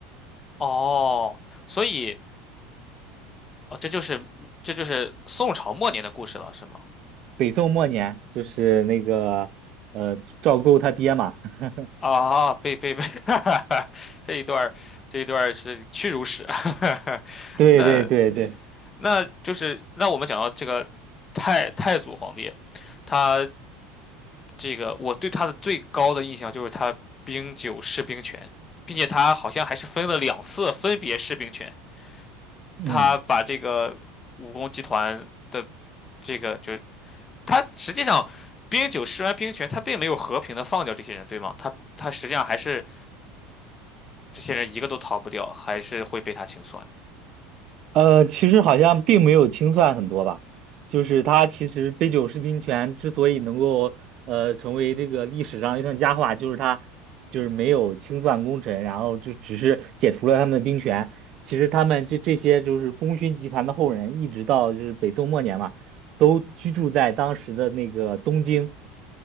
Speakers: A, on the left; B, on the right.
A: 哦，所以哦，这就是这就是宋朝末年的故事了，是吗？
B: 北宋末年就是那个呃赵构他爹嘛，<laughs>
A: 啊，被被被 <laughs>，这一段儿这一段儿是屈辱史。<laughs>
B: 对对对对，
A: 那那就是那我们讲到这个太太祖皇帝，他这个我对他的最高的印象就是他兵九释兵权，并且他好像还是分了两次分别释兵权，
B: 嗯。
A: 他把这个武功集团的这个就他实际上冰九施完兵权，他并没有和平的放掉这些人，对吗？他他实际上还是这些人一个都逃不掉，还是会被他清算。
B: 呃，其实好像并没有清算很多吧，就是他其实杯酒释兵权之所以能够呃成为这个历史上一段佳话，就是他就是没有清算功臣，然后就只是解除了他们的兵权。其实他们这这些就是功勋集团的后人，一直到就是北宋末年嘛，都居住在当时的那个东京，